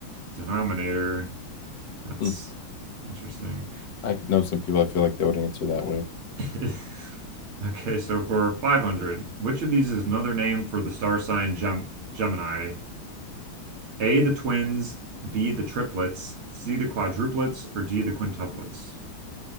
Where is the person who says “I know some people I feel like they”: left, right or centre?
Left